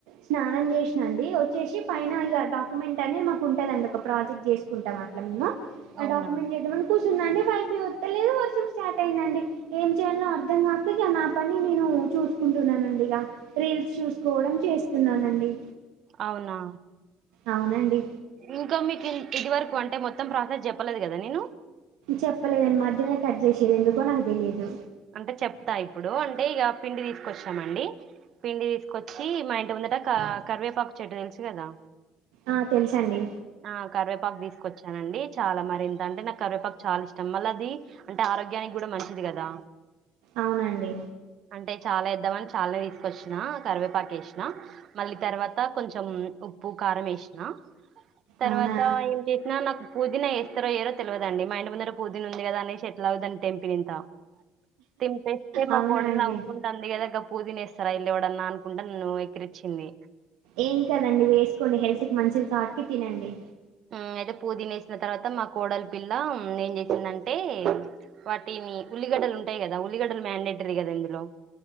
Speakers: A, on the right; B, on the right.
A: స్నానం చేసిన అండి వచ్చేసి పైన ఇగా డాక్యుమెంట్ అనే మాకు ఉంటదండి ఒక ప్రాజెక్ట్ చేసుకుంటాం అట్లా మేము ఆ
B: అవునా
A: డాక్యుమెంట్ చేద్దామను కుస్ కూర్చున్నాండి వైఫ్ వత్తలేదు వర్షం స్టార్ట్ అయిందండి ఏం చేయాలో అర్థం కాక ఇట్ల నా పని నేను చూసుకుంటున్నానండి ఇగా రీల్స్ చూసుకోవడం చేస్తున్నానండి
B: అవునా
A: అవునండి
B: ఇంకా మీకు ఇది వరకు అంటే మొత్తం ప్రాసెస్ చెప్పలేదు కదా నిను
A: చెప్పలేదని మధ్యనే కట్ చేసిండ్రు ఎందుకో నాకు తెలియదు
B: అంటే చెప్తా ఇప్పుడు అంటే ఇగా పిండి తీసుకొచ్చినామండి పిండి తీసుకొచ్చి మా ఇంటి ముందట కా కరివేపాకు చెట్టు తెలుసు కదా
A: ఆ తెలుసండి
B: ఆ కరివేపాకు తీసుకొచ్చానండి చాలా మరింతంటే నాక్ కరివేపాకు చాలా ఇష్టం మళ్ళ అది అంటే ఆరోగ్యన్ నికి కూడా మంచిది కదా
A: అవునండి
B: అంటే చాలా ఎద్దామని చాలనే తీసుకొచ్చిన కరివేపాకేసిన మళ్ళీ తర్వాత కొంచెం ఉప్పు కా కారం ఎసిన తర్వాత
A: అవునా
B: ఏం చేసినా నాక్ పుదీనా ఏస్తారో ఏయ్యరో తెల్వదండి మా ఇంటి ముందర పుదీనా ఉంది కదా అనేసి ఎట్లాగో దాన్ని తెంపినింత తెంపేస్తే మా
A: అవునా
B: కోడలు
A: అండి
B: నవ్వుకుంటంది కదా గప్ పుదీనా ఏస్తారా ఇళ్ల ఎవడన్నా అనుకుంట నన్ను ఎక్కిరిచ్చింది
A: ఏం కదండి వేసుకోండి హెల్త్ కి మంచిది కాబట్టి తినండి
B: హు అయితే పుదీనా వేసిన మా తర్వాత మా కోడల పిల్ల ఏం చేసిందంటే వాటిని ఉల్లిగడ్డలు ఉంటాయి కదా ఉల్లిగడ్డలు మాండేటరీ కదా ఇందులో